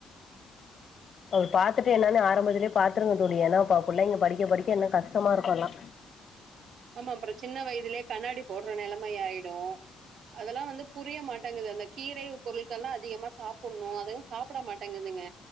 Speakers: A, on the left (about 45°); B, on the right (about 70°).
A: அத பாத்துட்டு என்னன்னு ஆரம்பத்துலயே பாத்துருங்க தோழி ஏன்னா ப புள்ளைங்க படிக்க படிக்க இன்னு கஷ்டமா இருக்கு எல்லா
B: ஆமா அப்றொ சின்ன வயதிலே கண்ணாடி போட்ற நெலமை ஆயிடு அதல்லா வந்து புரிய மாட்டங்குது அந்த கீரை பொருட்களா அதிகமா சாப்புன்னு அதயு சாப்புட மாட்டெங்குதுங்க